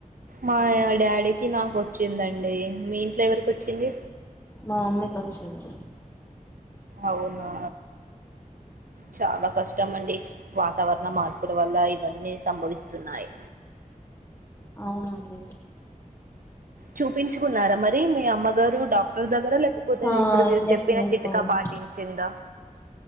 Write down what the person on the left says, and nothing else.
మా అమ్మీకి వచ్చింది
అవునండి
ఆ
ఇంజక్షన్
వేసుకోని